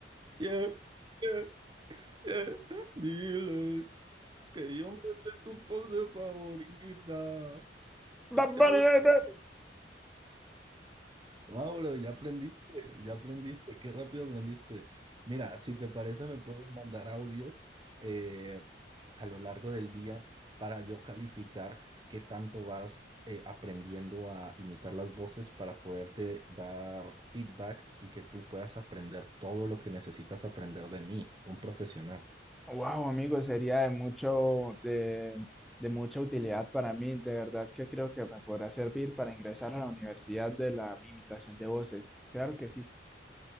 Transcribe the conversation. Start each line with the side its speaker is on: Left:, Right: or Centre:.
Right: Yeah, yeah, yeah. Diles que yo me sé tu pose favorita, que
Centre: Bad
Right: te
Centre: Bunny,
Right: hablo.
Centre: baby.
Right: Wow, bro, ya aprendiste, ya aprendiste, qué rápido aprendiste. Mira, si te parece, me puedes mandar audios eh, a lo largo del día para yo calificar qué tanto vas eh, aprendiendo a imitar las voces para poderte dar feedback y que tú puedas aprender todo lo que necesitas aprender de mí, un profesional.
Centre: Wow, amigo, sería de mucho, de, de mucha utilidad para mí. De verdad que creo que me podrá servir para ingresar a la universidad de la imitación de voces. Claro que sí.